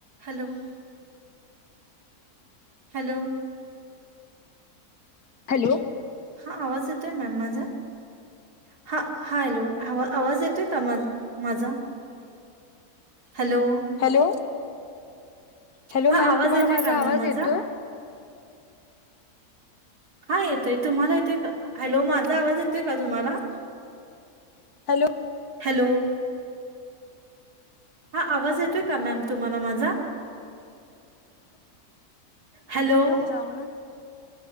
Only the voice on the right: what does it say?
Hello. Hello.
हा आवाज येतोय मॅम माझा? हा. हा हॅलो. आवाज येतोय का माझा? हॅलो.
हा
आवाज
येतोय
का मॅम
माझा
हा येतोय तुम्हाला येतोय का हॅलो माझा आवाज येतोय का तुम्हाला?
हॅलो. हा आवाज येतोय का मॅम तुम्हाला माझा? हॅलो